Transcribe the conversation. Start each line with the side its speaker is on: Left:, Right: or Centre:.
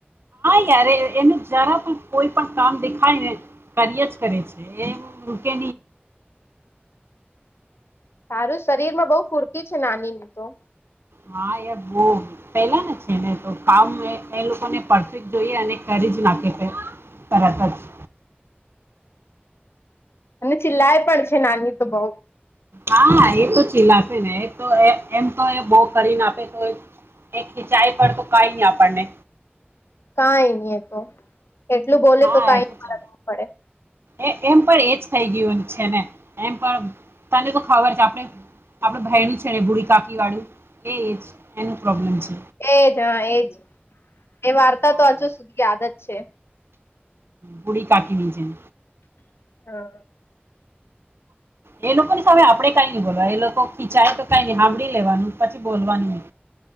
Right: નય એને જરા પણ કોઈ પણ કામ દેખાય ને કર્યા જ કરે છે એ કે
Left: <inaudible> સારું શરીર માં બહુ ફુરતી છે નાનીને તો
Right: હા યાર બો પેલા ને છે ને તો કામ એ લોકોને પરફેક્ટ જોઈએ અને કરી જ નાખે પેલા તરત જ
Left: અને ચિલાય પણ છે નાની તો બઉ
Right: હા એ તો ચીલ આપે ને એ તો એમ તો એ બા કરીને આપે તો એક ખિંચાઈ પર તો કાઈ નહી આપણને
Left: કાઈ ની એતો એટલું બોલે
Right: હા
Left: તો કઈ
Right: એ
Left: ની
Right: છે.
Left: ફરક પડે
Right: એ એમ પણ એજ થઈ ગયું છે ને એમ પણ તને તો ખબર છે આપડે આપડે ભાઈ નું છે ને ભુડી કાકી વાળું એ એનું પ્રોબ્લેમ છે
Left: એજ હા એજ એ વાર્તા
Right: હા,
Left: તો હજુ સુધી યાદ જ છે
Right: પુડી કાકી ની જેમ
Left: હ
Right: એ લોકો ની સામે આપડે કઈ નય બોલવાય એ લોકો ચાય તો કઈ નઈ સાંભળી લેવાનું પછી બોલવાનું નય